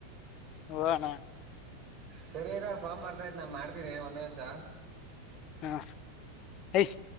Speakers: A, on the left (about 35°); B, on the right (about 35°).
A: ವಗ್ಗೂಣ
B: ಸರಿರಾ ಫಾರ್ಮ್ ಬರ್ತಯ್ತ್ -ನಾ- ಮಾಡ್ತೀನಿ ಒಂದೇ ನಿಮಿಷ.
A: ಹಾ- ಹೇಸ್